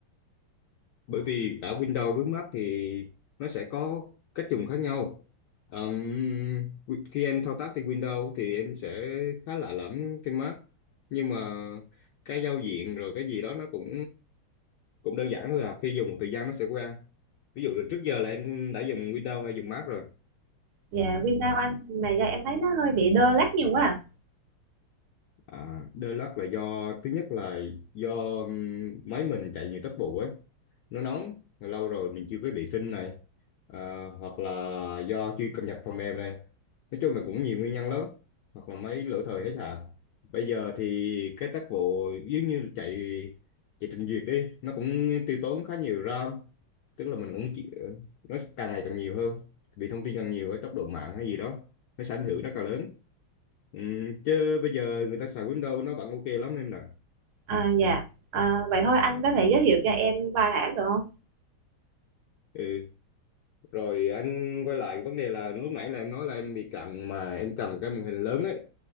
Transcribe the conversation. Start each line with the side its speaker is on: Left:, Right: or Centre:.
Left: bởi vì cả Windows với Mac thì nó sẽ có cách dùng khác nhau Ờm, wi- khi em thao tác trên Windows thì em sẽ khá lạ lẫm trên Mac nhưng mà cái giao diện rồi cái gì đó nó cũng cũng đơn giản thôi là khi dùng một thời gian nó sẽ quen ví dụ là trước giờ là em đã dùng Windows hay dùng Mac rồi
Right: dạ Windows anh mà do em thấy nó hơi bị đơ lắc nhiều quá à
Left: À, đôi lắc là do thứ nhất là do ừm, máy mình chạy nhiều tốc độ ấy nó nóng lâu rồi mình chưa có vệ sinh này à, hoặc là do chưa cập nhật phần mềm này nói chung là cũng nhiều nguyên nhân lắm hoặc là máy lỗi thời hết à bây giờ thì cái tốc độ giống như chạy chạy trình duyệt đi nó cũng tiêu tốn khá nhiều RAM tức là mình cũng chỉ- ờ, nó càng ngày càng nhiều hơn vì thông tin càng nhiều cái tốc độ mạng hay gì đó nó sẽ ảnh hưởng rất là lớn Ừ, chứ bây giờ người ta xài Windows nó vẫn ok lắm em nè
Right: À, dạ Ờ, vậy thôi anh có thể giới thiệu cho em vài hãng được không
Left: ừ rồi anh quay lại vấn đề là lúc nãy là em nói là em bị cận mà em cầm cái màn hình lớn ấy